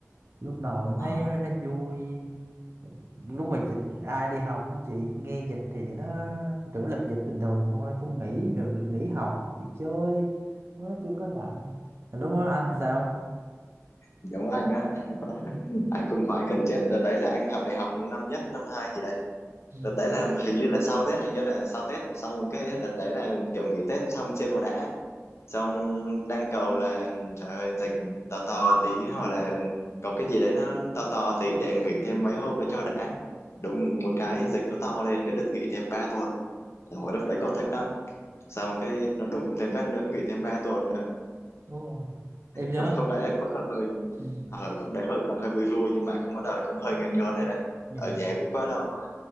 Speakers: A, on the right (about 55°); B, on the left (about 60°).
A: lúc đầu em
B: Ờ,
A: thấy nó, nó vui lúc mà dịch ai đi học cũng vậy nghe dịch thì nó tưởng lập dịch bình thường thôi cũng nghỉ được được nghỉ học đi chơi nó nó chưa có nặng Mà lúc đó anh sao
B: giống anh á, anh cũng khoái cần chết. Đợt đấy là anh học đại học năm nhất, năm hai gì đấy.
A: ừ,
B: Đợt đấy là hình như là sau Tết, anh nhớ là sau Tết. Xong cái đợt đấy là kiểu nghỉ Tết xong chưa có đã. Xong đang cầu là trời ơi dịch to to tí hoặc là có cái gì đấy nó to to tí để nghỉ thêm mấy hôm nữa cho đã. Đúng một cái dịch nó to lên cái được nghỉ thêm 3 tuần. Hồi lúc đấy còn thích lắm. xong cái nó đùng thêm phát nữa nghỉ thêm ba tuần nữa
A: đúng rồi em nhớ
B: không không đấy là vẫn còn hơi
A: ừ,
B: ờ không đấy hơi còn hơi vui vui nhưng mà cũng bắt đầu là cũng hơi ngấn ngớn rồi đấy
A: dạ,
B: ở nhà cũng quá lâu rồi